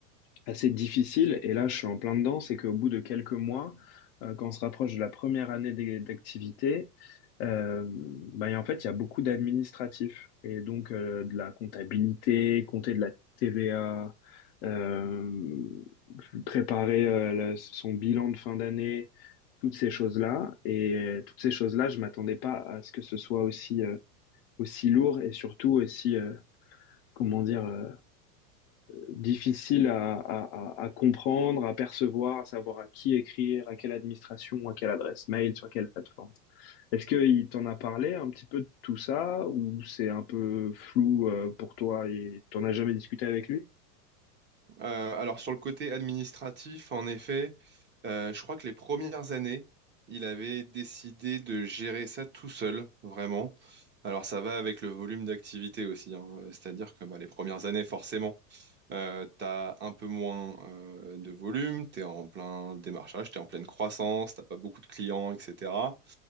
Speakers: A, on the left (about 40°); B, on the right (about 20°).
A: assez difficile, et là je suis en plein dedans, c'est qu'au bout de quelques mois, euh, quand on se rapproche de la première année d'é- d'activité, euh, bah, et en fait il y a beaucoup d'administratifs, et donc euh, de la comptabilité, compter de la TVA. euh, préparer euh, le- son bilan de fin d'année, toutes ces choses-là. Et euh, toutes ces choses-là, je m'attendais pas à ce que ce soit aussi, euh, aussi lourd et surtout aussi, euh, comment dire, euh, difficile à, à, à à comprendre, à percevoir, à savoir à qui écrire, à quelle administration, à quelle adresse mail, sur quelle plateforme. Est-ce qu'il t'en a parlé un petit peu de tout ça ou c'est un peu flou, euh, pour toi et t'en as jamais discuté avec lui?
B: Euh, alors sur le côté administratif, en effet, euh, je crois que les premières années, il avait décidé de gérer ça tout seul, vraiment. Alors ça va avec le volume d'activité aussi, hein. C'est-à-dire que bah, les premières années, forcément. Euh, t'as un peu moins euh, de volume, t'es en plein démarchage, t'es en pleine croissance, t'as pas beaucoup de clients, etc.